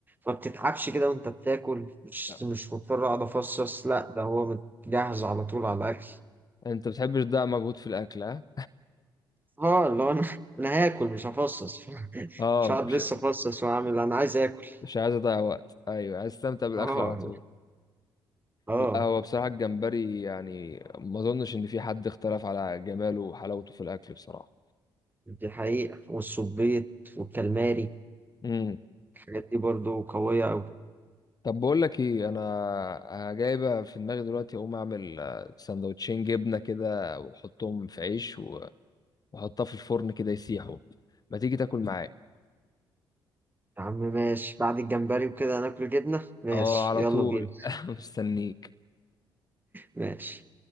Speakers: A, on the right; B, on the left.
A: ما بتتعبش كده وانت بتاكل مش
B: لا.
A: مش مضطر اقعد افصص لا ده هو جاهز على طول على الاكل.
B: انت بتحبش تضيع مجهود في الاكل ها
A: اه اللي هو انا انا هاكل مش هفصص <laughs>
B: اه
A: مش هقعد
B: مش
A: لسه افصص واعمل انا عايز اكل
B: مش عايز اضيع وقت ايوه عايز استمتع بالاكل
A: اه
B: على طول
A: اه
B: لا هو بصراحة الجمبري يعني ما اظنش ان في حد اختلف على جماله وحلاوته في الاكل بصراحة
A: دي حقيقة والسبيط والكالماري
B: مم.
A: الحاجات دي برضو قوية أوي
B: طب بقول لك ايه انا جايبه في دماغي دلوقتي اقوم اعمل آه، سندوتشين جبنه كده واحطهم في عيش و- واحطها في الفرن كده يسيحوا ما تيجي تاكل معايا
A: يا عم ماشي بعد الجمبري وكده هناكل جبنة ماشي
B: اه على
A: يلا
B: طول
A: بينا
B: <laughs> مستنيك
A: ماشي